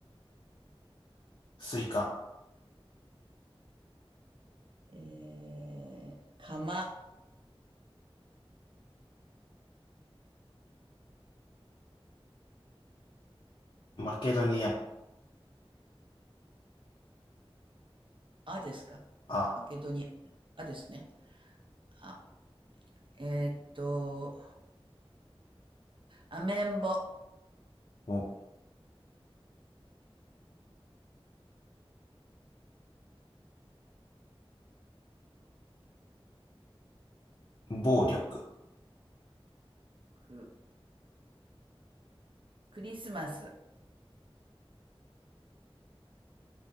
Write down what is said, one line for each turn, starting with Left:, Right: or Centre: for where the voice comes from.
Left: スイカ、
Right: えー、かま、
Left: マケドニア、
Right: あですか
Left: あ、
Right: マケドニア、あですね。あ、えーっと、アメンボ、
Left: お、暴力、
Right: く、クリスマス、